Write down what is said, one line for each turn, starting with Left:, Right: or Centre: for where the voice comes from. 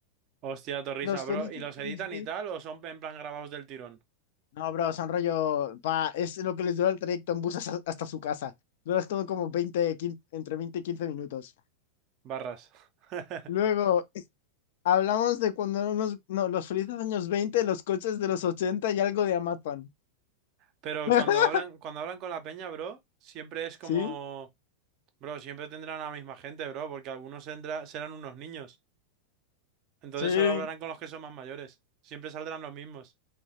Right: Hostia, torrisa,
Left: Los
Right: bro.
Left: felices
Right: ¿Y los
Left: años
Right: editan y tal o son en plan grabados del tirón?
Left: No, bro, son rollo, pa, es lo que les dura el trayecto en bus hasta, hasta su casa. Duras todo como 20 15 entre 20 y 15 minutos.
Right: Barras. <laughs>
Left: Luego, hablamos de cuando unos, no, los felices años 20, los coches de los 80 y algo de Amazon.
Right: Pero
Left: <laughs>
Right: cuando hablan, cuando hablan con la peña, bro, siempre es como,
Left: ¿Sí?
Right: bro, siempre tendrán a la misma gente, bro, porque algunos sendrá- serán unos niños. Entonces
Left: Sí.
Right: solo hablarán con los que son más mayores. Siempre saldrán los mismos.